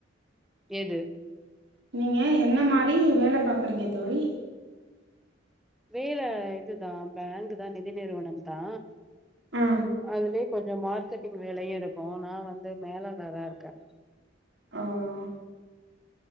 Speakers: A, in the centre; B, on the right (about 65°).
A: எது
B: நீங்க என்ன மாரி வேல பாக்குறீங்க தோழி
A: வேல இதுதான் பேங்க்தா நிதி நிறுவனம்தா
B: ஆ
A: அதுலயே கொஞ் ச மார்க்கெட்டிங் வேலயு இருக்கும் நா வந்து மேலதாரா இருக்கேன்
B: ஆஹ்